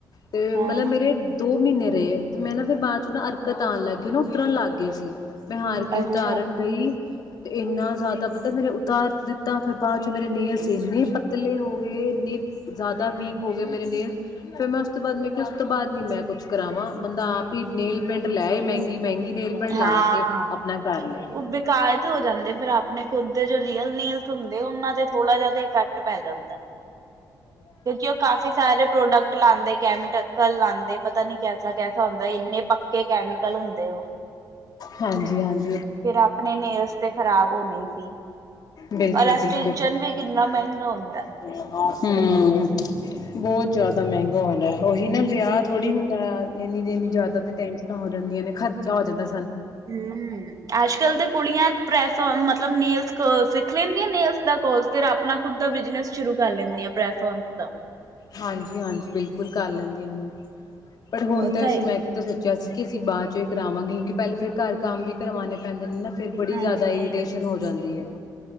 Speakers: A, on the left; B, on the right.
A: 'ਤੇ
B: ਹਾਂ
A: ਮਤਲਬ ਮੇਰੇ ਦੋ ਮ੍ਹੀਨੇ ਰਏ। ਤੇ ਮੈਂ ਨਾ ਫਿਰ ਬਾ ਚੋਂ ਨਾ ਅਰਕਤ ਆਣ ਲਾਗੀ ਨਾ ਉਤਰਨ ਲਾਗੇ ਸੀ ਮੈਂ ਹਾਰ ਕੇ
B: ਅੱਛਾ
A: ਉਤਾਰਨ ਗਈ 'ਤੇ ਇੰਨਾ ਜਿਆਦਾ ਪਤਾ ਮੇਰੇ ਉਤਾਰ ਦਿੱਤਾ ਫਿਰ ਬਾ ਚੋਂ ਮੇਰੇ ਨੇਲਜ ਇੰਨੇ ਪਤਲੇ ਹੋ ਗੇ ਇੰਨੇ ਜ਼ਿਆਦਾ ਵੀਕ ਹੋ ਗਏ ਮੇਰੇ ਨੇਲਜ ਫਿਰ ਮੈਂ ਉਸ ਤੋਂ ਬਾਅਦ ਮੈਂ ਉਸ ਤੋਂ ਬਾਅਦ ਨੀ ਮੈਂ ਕੁਛ ਕਰਾਵਾਂ ਬੰਦਾ ਆਪ ਹੀ ਨੇਲ ਪੇਟ ਲੈ ਆਏ ਮਹਿੰਗੀ-ਮਹਿੰਗੀ ਨੇਲ ਪੇਟ ਲਾ
B: ਹਾਂ।
A: ਕੇ ਆਪਣਾ ਕਰ ਲੇ।
B: ਉਹ ਬੇਕਾਰ ਹੋ ਜਾਂਦੇ ਫੇਰ ਆਪਣੇ ਖੁਦ ਦੇ ਜੋ ਰੀਅਲ ਨੇਲਜ ਹੁੰਦੇ ਉਹਨਾਂ ਦੇ ਥੋੜਾ ਜਿਆਦਾ ਇਫੈਕਟ ਪੈ ਜਾਂਦੈ। ਕਿਉਂਕਿ ਉਹ ਕਾਫ਼ੀ ਸਾਰੇ ਪ੍ਰੋਡਕਟ ਲਾਉਂਦੇ ਕੈਮੀ ਟਕਲ ਲਾਂਦੇ ਪਤਾ ਨੀ ਕੈਸਾ ਕੈਸਾ ਹੁੰਦਾ ਇੰਨੇ ਪੱਕੇ ਕੈਮੀਕਲ ਹੁੰਦੇ ਉਹ।
A: ਹਾਂਜੀ- ਹਾਂਜੀ।
B: ਫੇਰ ਆਪਣੇ ਨੇਲਜ ਤੇ ਖ਼ਰਾਬ ਹੋਣੇ ਸੀ
A: ਬਿਲਕੁਲ-ਬਿਲਕੁਲ
B: ਔਰ ਐਸਟਸ਼ਨ ਵੀ ਕਿੰਨਾ ਮਹਿੰਗਾ ਹੁੰਦੈ।
A: ਹੂੰ ਬਹੁਤ ਜਿਆਦਾ ਮਹਿੰਗਾ ਹੋਣੈ ਉਹੀ ਨਾ ਵਿਆਹ ਥੋੜੀ ਹੁੰਦਾ ਆ ਇੰਨੀ- ਇੰਨੀ ਜ਼ਿਆਦਾ ਤੇ ਟੈਨਸ਼ਨਾਂ ਹੋ ਜਾਂਦੀਆਂ ਨੇ ਖਰਚਾ ਹੋ ਜਾਂਦੈ।
B: ਹੂ ਅੱਜ-ਕੱਲ ਤਾਂ ਕੁੜੀਆਂ ਪ੍ਰੈਸ ਔਨ ਮਤਲਬ ਨੇਲਜ ਸਿੱਖ ਲੈਂਦੀਆਂ ਨੇਲਸ ਦਾ ਕੋਰਸ ਫਿਰ ਆਪਣਾ ਖੁਦ ਦਾ ਬਿਜਨਸ ਸ਼ੁਰੂ ਕਰ ਲੈਂਦੀ ਆ ਪ੍ਰੈਸ ਔਨ ਦਾ।
A: ਹਾਂਜੀ -ਹਾਂਜੀ ਬਿਲਕੁਲ ਕਰ ਲੈਂਦੀਆਂ ਨੇ ਬਟ ਹੁਣ
B: ਉਹ
A: ਤੇ
B: ਤਾਂ
A: ਅਸੀਂ
B: ਹੀ
A: ਮੈਂ ਤੇ ਸੋਚਿਆ ਸੀ ਕਿ ਅਸੀਂ ਬਾਅਦ ਚੋਂ ਹੀ ਕਰਾਵਾਂਗੇ। ਕਿਉਂਕਿ ਪਹਿਲੇ ਫੇਰ ਘਰ ਕੰਮ ਵੀ ਕਰਵਾਉਣੇ ਪੈਂਦੇ ਨੇ ਨਾ। ਫੇਰ ਬੜੀ
B: ਹਾਂਜੀ
A: ਜ਼ਿਆਦਾ ਇਰੀਟੇਸ਼ਨ ਹੋ ਜਾਂਦੀ ਐ।